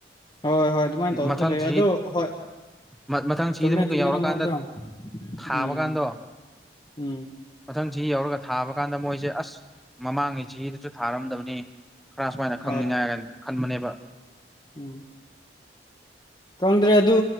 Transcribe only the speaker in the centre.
ꯃꯊꯪ
ꯆꯍꯤ
ꯃ ꯃꯊꯪ ꯆꯍꯤꯗ
ꯑꯃꯨꯛꯀ
ꯌꯧꯔꯀꯥꯟꯗ
ꯍꯥꯥꯕ
ꯀꯥꯟꯗ
ꯃꯊꯪ ꯆꯍꯤ ꯌꯧꯔꯒ ꯊꯥꯕ ꯀꯥꯟꯗ ꯃꯣꯏꯁꯦ ꯑꯁ ꯃꯃꯥꯡꯉꯩ ꯆꯍꯤꯗꯁꯨ ꯊꯥꯔꯝꯗꯕꯅꯤ ꯈꯔ ꯁꯨꯃꯥꯏꯅ ꯈꯪꯅꯤꯡꯉꯥꯏꯒ
ꯈꯟꯕꯅꯦꯕ